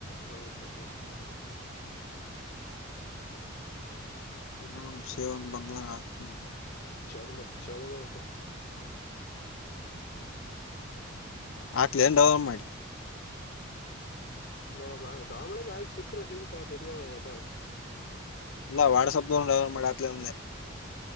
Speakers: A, on the left; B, on the left.
A: ಹಂಗಸ್ತಂತ
B: ಮೇಡಮ ಸೇವನ್ ಬಂದಾಗ ಹಾಕ್ನಂತ
A: ಚದ ಮ ಚದ ಮಪ
B: ಆಕ್ಲನ್ ಡವಲ ಮಾಡಿ
A: ನೋಡಮ್ಮ ಡಾಮಣ ಆಯ್ತ್ ಸಿಕ್ಕ್ರ ಸಿಗ್ಗತ್ ಆಯತ ಇಲ್ವತ
B: ಅಲ್ಲಾ ವಾಡ್ಸಬ್ ಮಾಡಾಕ್ಂದೆ